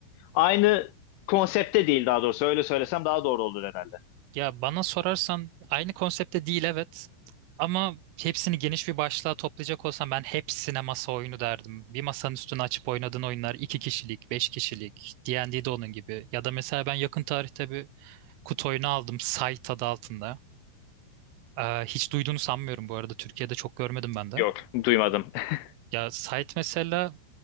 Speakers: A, on the left (about 80°); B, on the right (about 80°).
A: Aynı konsepte değil daha doğrusu. Öyle söylesem daha doğru olur herhalde.
B: Ya bana sorarsan aynı konsepte değil evet. Ama hepsini geniş bir başlığa toplayacak olsam ben hepsine masa oyunu derdim. Bir masanın üstüne açıp oynadığın oyunlar iki kişilik, beş kişilik, D&D'de onun gibi. Ya da mesela ben yakın tarihte bir kutu oyunu aldım Site adı altında. Ee, hiç duyduğunu sanmıyorum bu arada. Türkiye'de çok görmedim ben de.
A: Yok, duymadım. <laughs>
B: Ya Site mesela